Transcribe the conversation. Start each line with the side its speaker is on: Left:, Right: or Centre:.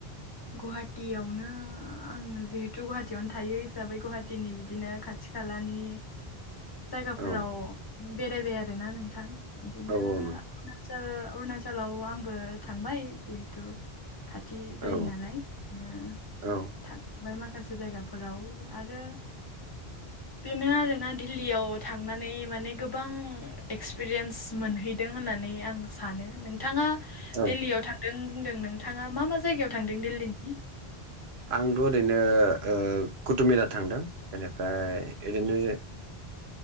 Left: गुवाहाटियावनो आं जिहेथु गुवाहाटियावनो थायो हिसाबै गुहाटिनि बिदिनो खाथि खालानि जायगाफोराव
Right: औ
Left: बेरायबाय आरोना नोंथां बिदिनो
Right: औ
Left: अरुणाचल
Right: औ नों
Left: अरुणचलाव आंबो थांबाय जिहेथु खाथि जायो
Right: औ
Left: नालाय ओ
Right: औ
Left: थां बाय माखासे जायगाफोराव आरो बेनो आरोना दिल्लीयाव थांनानै माने गोबां एक्सपिरियेन्स मोनहैदों होननानै आं सानो नोंथाङा
Right: औ
Left: दिल्लीयाव थांदों बुंदों नोंथाङा मा मा जायगायाव थांदों दिल्लीनि
Right: आंथ' ओरैनो ओ कुटुबमिनार थांदों। बेनिफ्राय ओरैनो